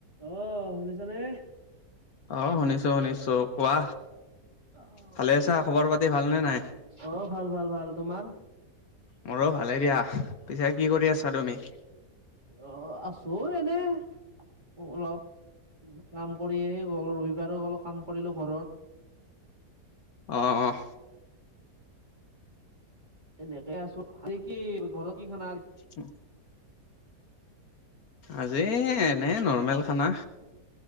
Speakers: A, on the right; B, on the left.
A: আহ শুনিছানে?
B: অঁ শুনিছো শুনিছো কোৱা।
A: অঁ।
B: ভালে আছা? খবৰ পাতি ভালনে নাই।
A: অঁ ভাল ভাল ভাল তোমাৰ?
B: মোৰো ভালে দিয়া, পিছে কি কৰি আছা তুমি?
A: অ' আছো এনে, অলপ। কাম কৰিয়ে গ'ল ৰবিবাৰো অলপ কাম কৰিলোঁ ঘৰৰ।
B: অহ অহ।
A: এনেকে আছো আজি কি ঘৰত কি খানা আজি।
B: উম। আজি এনেই নৰ্মেল খানা।